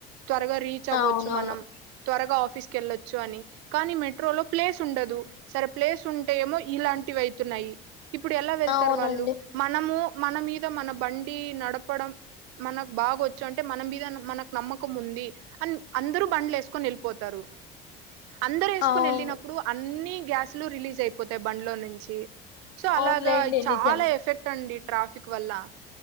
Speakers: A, on the right; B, on the left.
A: త్వరగా రీచ్ అవ్వచ్చు
B: అవునవును
A: మనం త్వరగా ఆఫీస్ కి వెళ్లచ్చు అని కానీ మెట్రోలో ప్లేస్ ఉండదు సరే ప్లేస్ ఉంటే ఏమో ఇలాంటివి అయితున్నాయి ఇప్పుడు ఎలా
B: అవునండి
A: తర్ వాళ్ళు మనము మన మీద మన బండి నడపడం మనకు బాగొచ్చు అంటే మన మీద మనకు నమ్మకం ఉంది అని అందరు బండ్లు వేసుకొని వెళ్ళిపోతారు అందరు ఏసుకొని
B: అవును
A: వెళ్ళినప్పుడు అన్ని గ్యాస్లు రిలీజ్ అయిపోతాయి బండ్లో నుంచి సో
B: అవునులేండి
A: అలాగా
B: నిజ్
A: చాలా ఎఫెక్ట్ అండి డి ట్రాఫీక్ వళ్ళ